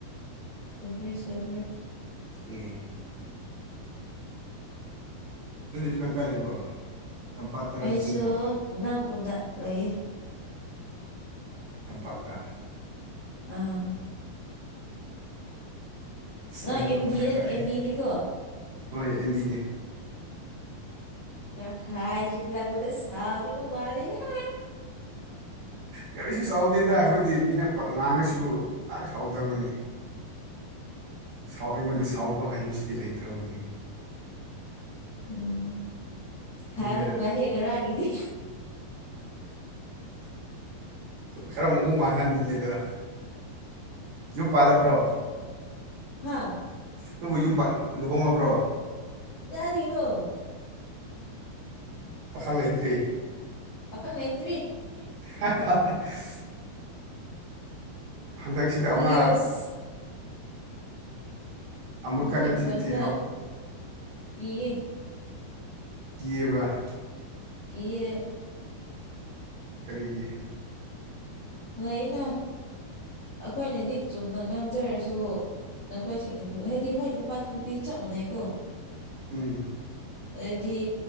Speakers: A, on the left; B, on the right.
A: ꯁꯨꯈ꯭ꯔꯦ ꯁꯨꯈ꯭꯭ꯔꯦ
B: ꯎꯝ ꯗꯤ ꯍꯧꯖꯤꯛ ꯀꯪꯀꯥ ꯂꯩꯕ꯭ꯔꯣ ꯇꯝꯄꯥꯛꯇꯔꯣ
A: ꯑꯩꯁꯨ
B: ꯆꯤꯡꯗꯔꯣ
A: ꯅꯪꯒꯨꯝꯗ ꯂꯩꯌꯦ
B: ꯇꯝꯄꯥꯛꯇ
A: ꯑꯥ
B: ꯑꯁ
A: ꯅꯪ
B: ꯅꯪꯒꯨꯝꯅ
A: ꯑꯦꯝꯗꯤ
B: ꯀꯥꯏ
A: ꯑꯦꯝꯗꯤꯅꯤꯒꯣ
B: ꯍꯣꯏ ꯑꯦꯝꯗꯤꯅꯦ
A: <inaudible> ꯈꯥꯏꯁꯤꯅꯤ ꯂꯥꯛꯄꯗ ꯆꯥꯎꯗꯤꯉ ꯃꯥꯏ ꯍꯥ
B: ꯀꯔꯤꯁꯨ ꯁꯥꯎꯗꯦꯗ ꯑꯩꯈꯣꯏꯗꯤ ꯃꯤꯅ ꯄ ꯉꯥꯡꯉꯁꯨ ꯄꯥꯛ ꯁꯥꯎꯗꯕꯅꯤ ꯁꯥꯎ ꯑꯩꯉꯣꯟꯗ
A: ꯎꯝ
B: ꯁꯥꯎꯕ ꯍꯥꯏꯕꯁꯤꯗꯤ ꯂꯩꯇ꯭ꯔꯕꯅꯤ
A: ꯎꯝ ꯈꯥꯏꯕ
B: ꯃꯤꯅ
A: ꯅꯨꯡꯉꯥꯢꯍꯦ ꯉꯔꯥꯡꯒꯤꯗꯤ
B: ꯈꯔ ꯃꯑꯣꯡ ꯃꯥꯟꯍꯟꯕꯅꯤꯗ ꯌꯨꯝ ꯄꯥꯜꯂꯕ꯭ꯔꯣ
A: ꯍꯥꯥ
B: ꯅꯪꯕꯨ ꯌꯨꯝ ꯂꯨꯍꯣꯡꯉꯕ꯭ꯔꯣ
A: ꯇꯥ ꯊꯅꯣ
B: ꯄꯥꯈꯪ ꯂꯩꯇ꯭꯭ꯔꯔꯤ
A: ꯑꯈꯪ ꯃꯩꯇ꯭ꯔꯤ
B: <unintelligible> ꯍꯟꯗꯛꯁꯤꯗ ꯑꯃ
A: ꯀꯤꯌꯦ ꯑꯁ
B: ꯑꯃꯨꯛ
A: ꯍꯧꯖꯤꯛ
B: ꯀꯟꯅ
A: ꯃꯇꯝꯗ
B: ꯊꯤ ꯊꯤ
A: ꯀꯤꯌꯦ
B: ꯌꯦꯕ
A: ꯀꯌꯦ
B: ꯀꯔꯤꯒꯤ
A: ꯂꯩꯩꯅ ꯑꯩꯈꯣꯏꯅꯗꯤ ꯆꯨꯝꯅ ꯉꯥꯡꯖꯔꯁꯨ ꯅꯈꯣꯏ ꯍꯥꯏꯗꯤ ꯍꯣꯏ ꯅꯨꯄꯥꯁꯨ ꯅꯨꯄꯤ ꯆꯞ ꯃꯥꯟꯅꯩꯀꯣ
B: ꯎꯝ
A: ꯑꯗꯨꯗꯤ